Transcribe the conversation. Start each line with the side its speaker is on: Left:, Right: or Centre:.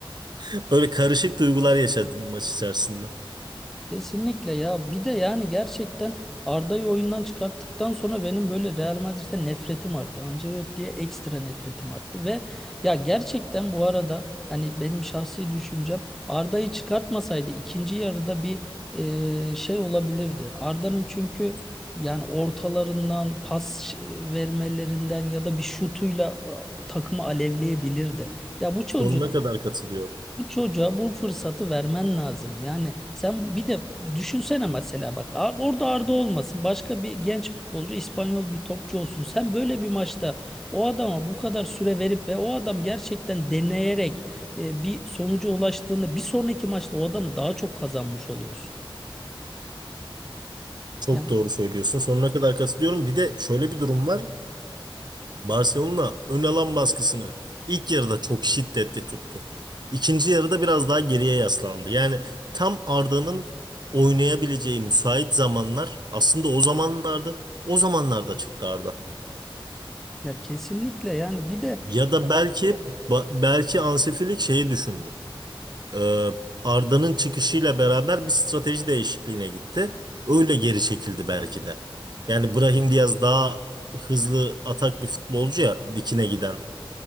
Right: <laughs> Öyle karışık duygular yaşadım maç içerisinde.
Centre: Kesinlikle ya. Bir de yani gerçekten Arda'yı oyundan çıkarttıktan sonra benim böyle Real Madrid'e nefretim arttı. Ancelotti'ye ekstra nefretim arttı ve ya gerçekten bu arada hani benim şahsi düşüncem Arda'yı çıkartmasaydı ikinci yarıda bir e, şey olabilirdi. Arda'nın çünkü yani ortalarından pas e, vermelerinden ya da bir şutuyla e, takımı alevleyebilirdi. Ya bu çocuğa
Right: Sonuna kadar katılıyorum.
Centre: bu çocuğa bu fırsatı vermen lazım. Yani sen bu- bir de düşünsene mesela bak a- orada Arda olmasın. Başka bir genç futbolcu İspanyol bir topçu olsun. Sen böyle bir maçta o adama bu kadar süre verip ve o adam gerçekten deneyerek e, bir sonuca ulaştığında bir sonraki maçta o adamı daha çok kazanmış oluyorsun.
Right: Çok
Centre: Ya,
Right: doğru söylüyorsun. Sonuna kadar katılıyorum. Bir de şöyle bir durum var. Barcelona ön alan baskısını ilk yarıda çok şiddetli tuttu. İkinci yarıda biraz daha geriye yaslandı. Yani tam Arda'nın oynayabileceği müsait zamanlar aslında o zamanlarda o zamanlarda çıktı Arda.
Centre: ya kesinlikle yani bir de
Right: Ya da belki ba- belki Hansi Flick şeyi düşündü. Ee, Arda'nın çıkışıyla beraber bir strateji değişikliğine gitti. Öyle geri çekildi belki de. Yani Brahim Diaz daha hızlı atak bir futbolcu ya dikine giden